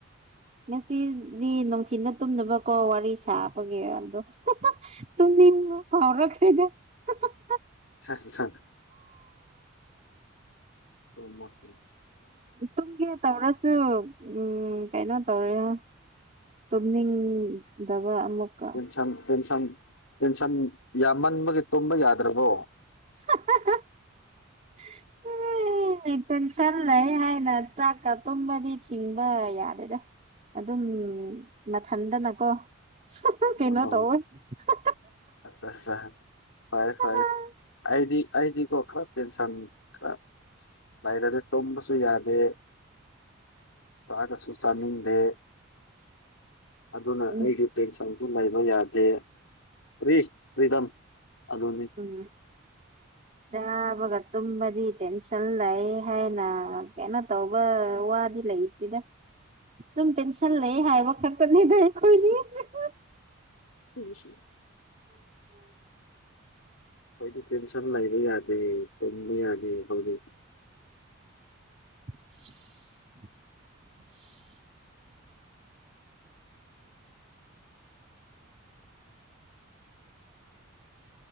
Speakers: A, on the right; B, on the left.
A: ꯉꯁꯤꯗꯤ ꯅꯣꯡꯊꯤꯟꯗ ꯇꯨꯝꯗꯕꯀꯣ ꯋꯥꯔꯤ ꯁꯥꯕꯒꯤ ꯑꯗꯣ ꯍꯣꯍꯣ ꯇꯨꯝꯅꯤꯡꯕ ꯐꯥꯎꯔꯛꯈ꯭ꯔꯦꯗ ꯍ ꯍ
B: ꯁꯠ ꯁꯠ ꯇꯨꯝꯃꯛꯀꯦ
A: ꯇꯨꯝꯒꯦ ꯇꯧꯔꯁꯨ ꯎꯝ ꯀꯩꯅꯣ ꯇꯧꯔꯦꯍ ꯇꯨꯝꯅꯤꯡꯗꯕ ꯑꯃꯨꯛꯀ
B: ꯇꯦꯟꯁꯟ ꯇꯦꯟꯁꯟ ꯇꯦꯟꯁꯟ ꯌꯥꯝꯃꯟꯕꯒꯤ ꯇꯨꯝꯕ ꯌꯥꯗ꯭ꯔꯕꯣ
A: ꯍꯥ ꯍꯥ ꯍ <unintelligible> ꯑꯩꯅꯤ ꯇꯦꯟꯁꯟ ꯂꯩꯌꯦ ꯍꯥꯢꯅ ꯆꯥꯛꯀ ꯇꯨꯝꯕꯗꯤ ꯊꯤꯡꯕ ꯌꯥꯗꯦꯗ ꯑꯗꯨꯝ ꯃꯊꯟꯗꯅꯀꯣ ꯍꯥ ꯍꯥ ꯀꯩꯅꯣ
B: ꯑꯣ
A: ꯇꯧꯋꯦ ꯍꯥ
B: ꯑꯠꯆꯥ ꯑꯠꯆꯥ ꯐꯔꯦ
A: ꯍꯥ
B: ꯐꯔꯦ
A: ꯍꯥ ꯍꯥ ꯑ
B: ꯑꯩꯗꯤ ꯑꯩꯗꯤꯀꯣ ꯈꯔ ꯇꯦꯟꯁꯟ ꯈꯔ ꯂꯩꯔꯗꯤ ꯇꯨꯝꯕꯁꯨ ꯌꯥꯗꯦ ꯆꯒꯁꯨ ꯆꯥꯅꯤꯡꯗꯦ ꯑꯗꯨꯅ
A: ꯎꯝ
B: ꯑꯩꯗꯤ ꯇꯦꯟꯁꯟꯁꯨ ꯂꯩꯕ ꯌꯥꯗꯦ ꯐ꯭ꯔꯤ ꯐ꯭ꯔꯤꯗꯝ ꯑꯗꯨꯅꯤ
A: ꯎꯝ ꯆꯥꯕꯒ ꯇꯨꯝꯕꯗꯤ ꯇꯦꯟꯁꯟ ꯂꯩ ꯍꯥꯢꯅ ꯀꯩꯅꯣ ꯇꯧꯕ ꯋꯥꯗꯤ ꯂꯩ ꯇꯦꯗ ꯗꯨꯝ ꯇꯦꯟꯁꯜ ꯂꯩꯌꯦ ꯍꯥꯢꯕ ꯈꯛꯇꯅꯤꯗ ꯑꯩꯈꯣꯢꯗꯤ ꯍ ꯍ
B: ꯁꯤꯕꯨꯁꯤ ꯈꯣꯢꯗꯤ ꯇꯦꯟꯁꯟ ꯂꯩꯕ ꯌꯥꯗꯦ ꯇꯨꯝꯕ ꯌꯥꯗꯦ ꯍꯧꯖꯤꯛ
A: <unintelligible>